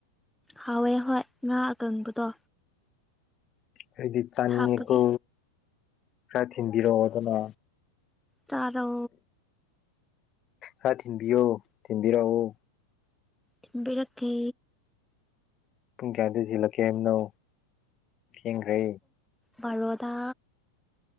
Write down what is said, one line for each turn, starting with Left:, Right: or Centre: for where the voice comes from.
Centre: ꯍꯥꯎꯋꯦ ꯍꯣꯏ ꯉꯥ ꯑꯀꯪꯕꯗꯣ
Left: ꯍꯥꯏꯗꯤ ꯆꯥꯅꯤꯡꯉꯛꯀꯨ
Centre: ꯍꯥꯞꯄꯒꯤ
Left: ꯈꯔ ꯊꯤꯟꯕꯤꯔꯛꯑꯣ ꯑꯗꯨꯅ
Centre: ꯆꯔꯣ
Left: ꯍꯥ ꯊꯤꯟꯕꯤꯌꯣ ꯊꯤꯟꯕꯤꯔꯛꯑꯣ
Centre: ꯊꯝꯕꯤ ꯔꯈꯦ
Left: ꯄꯨꯡ ꯀꯌꯥꯗꯒꯤ ꯌ‌ꯦꯜꯂꯛꯀꯦ ꯍꯥꯏꯅꫭ ꯊꯦꯡꯈ꯭ꯔꯦ꯫
Centre: ꯕꯔꯣꯗ꯫